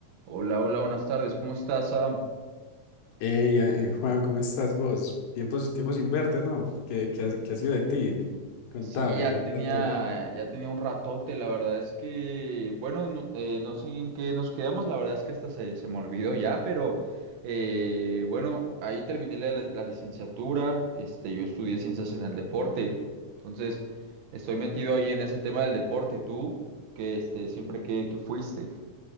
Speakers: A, on the right; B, on the left.
A: Hola, hola, buenas tardes. ¿Cómo estás, Sam?
B: Ey, eh, Juan, ¿cómo estás vos? Tiempos, tiempos sin verte, ¿no? ¿Qué, qué, ha, qué ha sido de ti? Contame,
A: Sí, ya
B: ¿qué
A: tenía,
B: tal todo?
A: ya tenía un ratote. La verdad es que, bueno, no, eh, no sé en qué nos quedamos. La verdad es que hasta se, se me olvidó ya, pero eh, bueno, ahí terminé la, la licenciatura. Este, yo estudié ciencias en el deporte. Entonces, estoy metido ahí en ese tema del deporte. ¿Tú? Que este, siempre que, que fuiste.